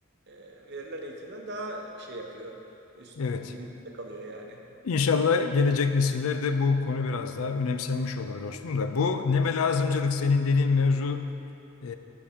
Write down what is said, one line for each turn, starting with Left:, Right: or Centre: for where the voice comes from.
Right: e, verilen eğitimden daha şey yapıyor. Üst
Left: Evet.
Right: bilinçte kalıyor yani.
Left: İnşallah gelecek nesillerde bu konu biraz daha önemsenmiş olur dostum da. Bu neme lazımcılık
Right: Evet.
Left: senin dediğin mevzu e,